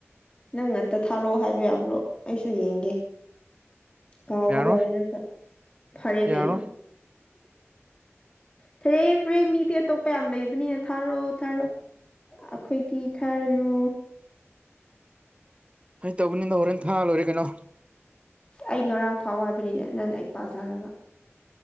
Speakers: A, on the left; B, on the right.
A: ꯅꯪ ꯉꯥꯛꯇ ꯊꯥꯔꯛꯑꯣ ꯍꯥꯏꯕ ꯌꯥꯕ꯭ꯔꯣ ꯑꯩꯁꯨ ꯌꯦꯡꯒꯦ ꯀꯥꯎꯒꯗꯧꯔꯦꯅ
B: ꯌꯥꯔꯣꯏ
A: ꯐꯔꯦ ꯀꯩꯅꯣ
B: ꯌꯥꯔꯣꯏ
A: ꯐꯔꯦ ꯐꯔꯦ ꯃꯤꯗꯤ ꯑꯇꯣꯞꯄ ꯌꯥꯝ ꯂꯩꯕꯅꯤꯅ ꯊꯥꯔꯛꯑꯣ ꯊꯥꯔꯣ ꯈꯣꯏꯗꯤ ꯊꯥꯔꯅꯨ
B: ꯍꯩ ꯇꯧꯕꯅꯤꯗ ꯍꯣꯔꯦꯟ ꯊꯥ ꯂꯣꯏꯔꯦ ꯀꯩꯅꯣ
A: ꯑꯩ ꯉꯔꯥꯡ ꯐꯥꯎ ꯍꯥꯏꯕꯅꯤꯅꯦ ꯅꯪꯅ ꯑꯩ ꯄꯥ ꯁꯥꯔꯒ